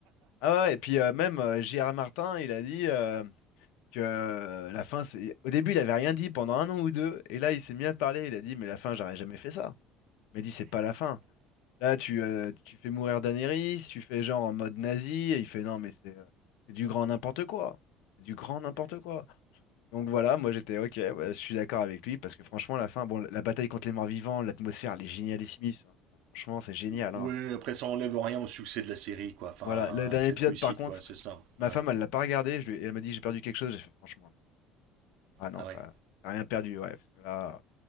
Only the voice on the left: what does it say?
Ah ouais, ouais, et puis euh, même euh, J.R. Martin, il a dit euh, que euh, la fin, c'est... Au début, il avait rien dit pendant un an ou deux, et là, il s'est mis à parler, il a dit, mais la fin, j'aurais jamais fait ça. Il m'a dit, c'est pas la fin. Là, tu, euh, tu fais mourir Daenerys, tu fais genre en mode nazi, et il fait, non, mais c'est euh, c'est du grand n'importe quoi. C'est du grand n'importe quoi. Donc voilà, moi j'étais, ok, ouais, je suis d'accord avec lui, parce que franchement, la fin, bon, la bataille contre les morts-vivants, l'atmosphère, elle est génialissime. hein. Franchement, c'est génial.
hein.
Voilà, le dernier
épisode,
par contre...
Ma
femme, elle l'a pas regardé. Je lui- et Elle m'a dit, j'ai perdu quelque chose. J'ai fait, franchement, ah non,
t'as t'as rien perdu. Ouais, parce que là...